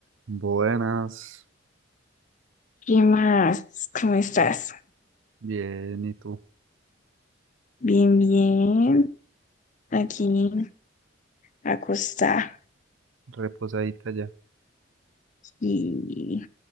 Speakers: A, on the right; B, on the left.
A: Buenas,
B: ¿Qué más? ¿Cómo estás?
A: bien, ¿y tú?
B: Bien, bien. Aquí, acostada.
A: Reposadita ya.
B: Y,